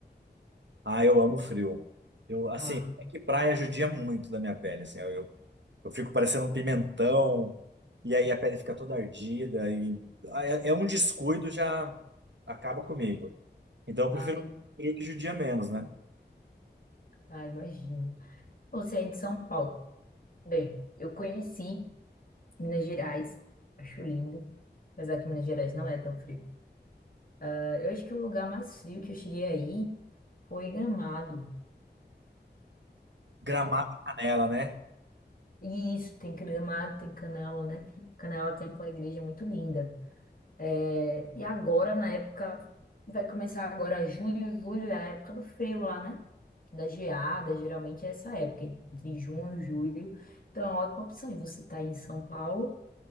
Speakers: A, on the right; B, on the left.
A: Ah, eu amo frio. Eu, assim,
B: Ah,
A: é que praia judia muito da minha pele, assim, eu, eu, eu fico parecendo um pimentão, e aí a pele fica toda ardida, e ah, é, é um descuido já acaba comigo. Então eu
B: ai,
A: prefiro frio que judia menos, né?
B: ai, imagino. Você é de São Paulo. Bem, eu conheci Minas Gerais, acho lindo, apesar que Minas Gerais não é tão frio. Ah, Eu acho que o lugar mais frio que eu cheguei aí foi Gramado.
A: Gramado e Canela, né?
B: E isso, tem Gramado, tem Canela, né? Canela tem aquela igreja muito linda. É, e agora, na época, vai começar agora junho, julho, é a época do frio lá, né? Da geada, geralmente é essa época, entre junho e julho. Então é uma ótima opção. E você tá em São Paulo,